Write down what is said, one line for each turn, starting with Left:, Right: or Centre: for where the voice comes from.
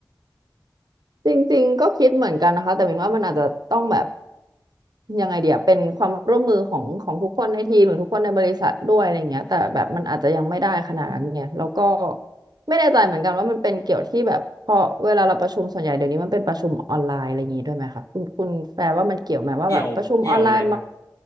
Right: จริงๆก็คิดเหมือนกันนะคะแต่มินว่ามันอาจจะต้องแบบยังไงเดียเป็นความร่วมมือของของทุกคนในทีมหรือทุกคนในบริษัทด้วยอะไรเงี้ยแต่แบบมันอาจจะยังไม่ได้ขนาดนั้นไงแล้วก็ไม่แน่ใจเหมือนกันว่ามันเป็นเกี่ยวที่แบบพอเวลาเราประชุมส่วนใหญ่เดี๋ยวนี้มันเป็นประชุมออนไลน์อะไรอย่างงี้ด้วยไหมคะคุณคุณแฟร์ว่ามันเกี่ยวไหมว่าแบบประชุมออนไลน์มา
Left: เกี่ยวเกี่ยวเลยฮะ